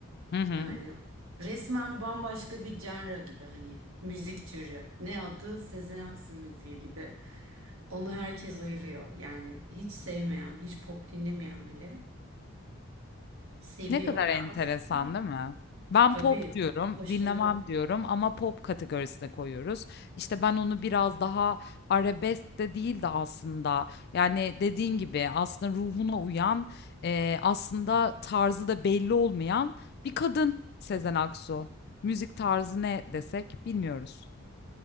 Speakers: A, on the left; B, on the right.
A: Hı hı.
B: Yani resmen bambaşka bir genre gibi hani müzik türü. Ne adı? Sezen Aksu müziği gibi. Onu herkes ayırıyor. Yani hiç sevmeyen, hiç pop dinlemeyen bile. Seviyor
A: Ne kadar
B: ya
A: enteresan
B: aslında
A: değil mi? Ben
B: tabii
A: pop diyorum,
B: başarı.
A: dinlemem diyorum ama pop kategorisine koyuyoruz. İşte ben onu biraz daha arabesk de değil de aslında yani dediğin gibi aslında ruhuna uyan eee, aslında tarzı da belli olmayan bir kadın Sezen Aksu. Müzik tarzı ne desek bilmiyoruz.